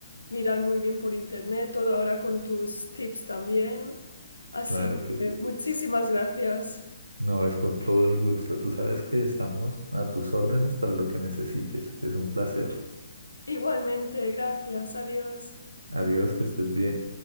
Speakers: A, on the left; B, on the right.
A: mirar muy bien por internet, todo ahora con tus tips también. Así
B: Claro que
A: que
B: sí.
A: muchísimas gracias.
B: No, es con todo el gusto. Tú sabes que estamos a tus órdenes para lo que necesites. Es un placer.
A: Igualmente, gracias, adiós.
B: Adiós, que estés bien.